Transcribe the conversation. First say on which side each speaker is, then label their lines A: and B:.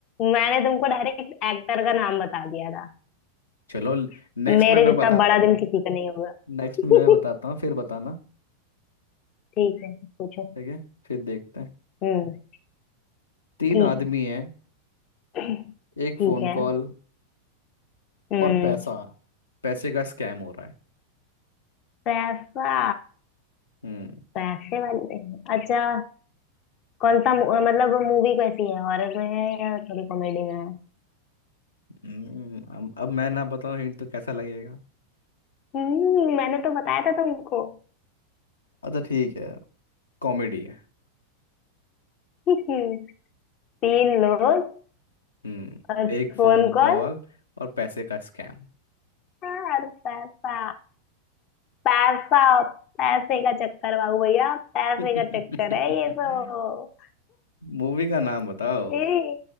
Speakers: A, on the left; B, on the left.
A: मैंने तुमको डायरेक्ट एक्टर का नाम बता दिया था
B: चलो
A: <laughs>
B: नेक्स्ट
A: मेरे
B: में मैं
A: जितना
B: बताता
A: बड़ा
B: हूँ ना
A: दिल किसी का नहीं होगा
B: नेक्स्ट में मैं बताता
A: <laughs>
B: हूँ फिर बताना
A: ठीक है पूछो
B: ठीक है फिर देखते हैं
A: हम्म
B: तीन
A: ठीक
B: आदमी हैं
A: है <clears throat>
B: एक
A: ठीक
B: फोन
A: है
B: कॉल
A: हम्म
B: और पैसा पैसे का स्कैम हो रहा है
A: पैसा
B: हम्म
A: पैसे वाले अच्छा कौन सा मू- मतलब मूवी कैसी है हॉरर में है या थोड़ी कॉमेडी में है
B: हम्म, अब अब मैं ना बताऊँ हिंट तो कैसा लगेगा
A: हम्म मैंने तो बताया था तुमको
B: अच्छा ठीक है कॉमेडी है
A: <laughs> तीन लोग
B: हम्म
A: और
B: एक फोन
A: फोन कॉल
B: कॉल और पैसे का स्कैम
A: और पैसा पैसा पैसे का चक्कर बाबू भैया पैसे
B: <laughs>
A: का चक्कर है ये तो
B: मूवी का नाम बताओ
A: ये